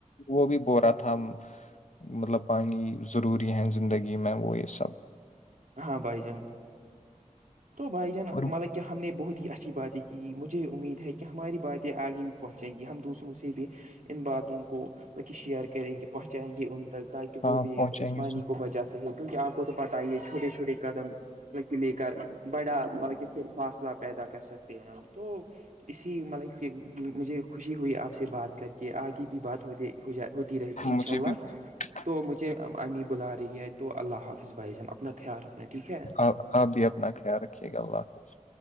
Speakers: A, on the left; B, on the right.
A: وہ بھی ب رہا تھا مطلب پانی ضروری ہے زندگی میں وہ یہ سب
B: ہاں بھائی جان تو بھائی جان
A: اور
B: مطلب کیا ہم نے بہت ہی اچھی باتیں کی مجھے امید ہے کہ کہ ہماری باتیں آگے بھی پہنچیں گی ہم دوسروں سے بھی ان باتوں کو وہ کہ شیئر کریں گی پہنچائیں گے ان تک تاکہ
A: ہاں
B: وہ بھی
A: پہنچائیں
B: اسمانی
A: گے ضرور.
B: کو بچا سکے کیونکہ آپ کو تو پتا ہی ہے چھوٹے چھوٹے قدم لے کر بڑا مطلب کہ پھر فاصلہ پیدا کر سکتے ہیں ہم تو اسی مطلب کہ مجھے خوشی ہوئی آپ سے بات کر کے آگے بھی بات ہوتے ہو جا ہوتی رہے گی انشاء
A: مجھے
B: اللہ
A: <inaudible>
B: تو مجھے امی بلا رہی ہے تو اللہ حافظ بھائی جان اپنا خیال رکھنا ٹھیک ہے
A: آپ آپ بھی اپنا خیال رکھیے گا اللہ حافظ